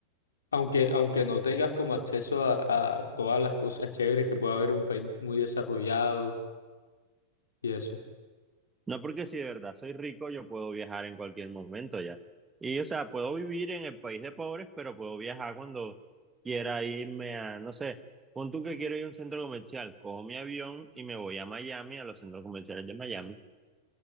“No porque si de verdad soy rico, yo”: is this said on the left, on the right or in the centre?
Right